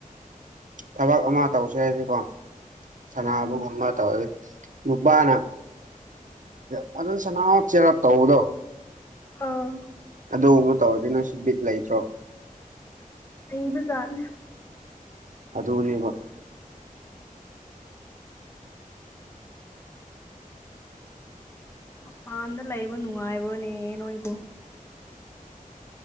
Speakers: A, on the right (about 60°); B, on the left (about 20°).
A: ꯊꯕꯛ ꯑꯃ ꯇꯧꯁꯦ ꯍꯥꯏꯗꯤꯀꯣ ꯁꯅꯕꯒꯨꯝꯕ
B: ꯎꯝ
A: ꯇꯧꯔꯗꯤ ꯅꯨꯄꯥꯅꯗ ꯐꯖꯅ ꯁꯅꯥ ꯆꯦꯔꯞ ꯇꯧꯕꯗꯣ
B: ꯑꯥ
A: ꯑꯗꯨꯒꯨꯝꯕ ꯇꯧꯔꯗꯨꯅ ꯁꯨꯕꯤꯠ ꯂꯩꯇ꯭ꯔꯣ
B: ꯑ ꯖꯥꯔꯅꯦ
A: ꯑꯗꯨꯅꯦꯕ
B: ꯃꯄꯥꯟꯗ ꯂꯩꯕ ꯅꯨꯡꯉꯥꯏꯕ꯭ꯔꯣꯅꯦ ꯅꯣꯏꯕꯨ